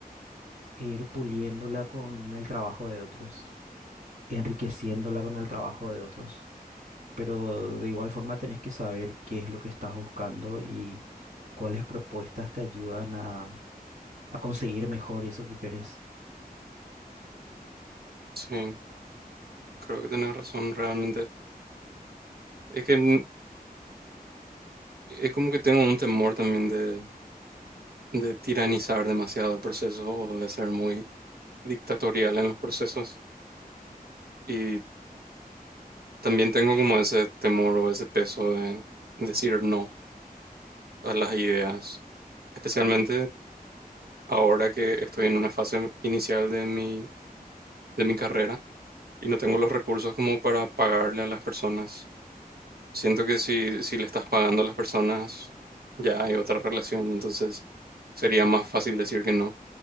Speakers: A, on the right; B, on the right.
A: e ir puliéndola con el trabajo de otros, enriqueciéndola con el trabajo de otros. Pero de igual forma tenés que saber qué es lo que estás buscando y cuáles propuestas te ayudan a, a conseguir mejor eso que querés.
B: Sí, creo que tenés razón realmente. Es que n- es como que tengo un temor también de, de tiranizar demasiado el proceso o de ser muy dictatorial en los procesos. Y también tengo como ese temor o ese peso de decir no a las ideas, especialmente ahora que estoy en una fase inicial de mi, de mi carrera y no tengo los recursos como para pagarle a las personas. Siento que si, si le estás pagando a las personas, ya hay otra relación, entonces sería más fácil decir que no.